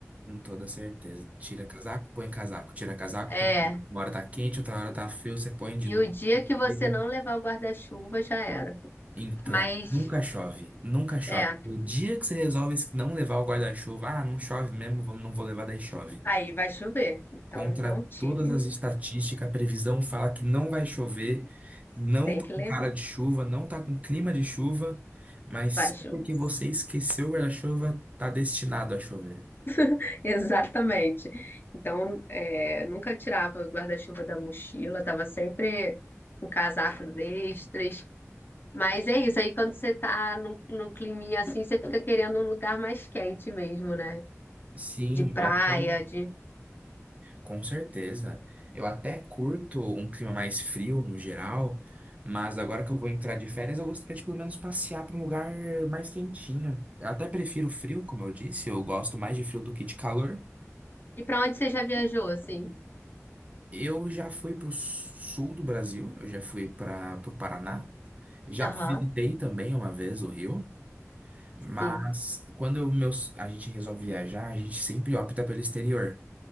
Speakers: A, on the right (about 30°); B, on the left (about 40°).
A: com toda certeza. Tira casaco, põe casaco. Tira casaco,
B: É,
A: põe casaco. Uma hora tá quente, outra hora tá frio, você põe de
B: e
A: novo,
B: o dia
A: você
B: que você
A: tira.
B: não levar o guarda-chuva já era.
A: Então,
B: Mas
A: nunca chove, nunca chove.
B: É,
A: O dia que você resolve não levar o guarda-chuva, ah, não chove mesmo, vou- não vou levar, daí chove.
B: aí vai chover. Então
A: Contra
B: não tire,
A: todas as estatísticas, a previsão fala que não vai chover, não
B: tem
A: tá
B: que
A: com
B: levar.
A: cara de chuva, não tá com clima de chuva, mas
B: Vai chover.
A: só porque você esqueceu o guarda-chuva, tá destinado a chover.
B: <laughs> Exatamente. Então, é, nunca tirava o guarda-chuva da mochila, tava sempre com casacos extras. Mas é isso, aí quando você tá num, num climinha assim, você fica querendo um lugar mais quente mesmo, né?
A: Sim,
B: De praia,
A: até.
B: de...
A: Com certeza. Eu até curto um clima mais frio no geral, mas agora que eu vou entrar de férias, eu gostaria de pelo menos passear para um lugar mais quentinho. Eu até prefiro frio, como eu disse, eu gosto mais de frio do que de calor.
B: E pra onde você já viajou, assim?
A: Eu já fui para o sul do Brasil, eu já fui para o Paraná, já
B: Aham,
A: visitei também uma vez o Rio, mas
B: sim,
A: quando meus, a gente resolve viajar, a gente sempre opta pelo exterior.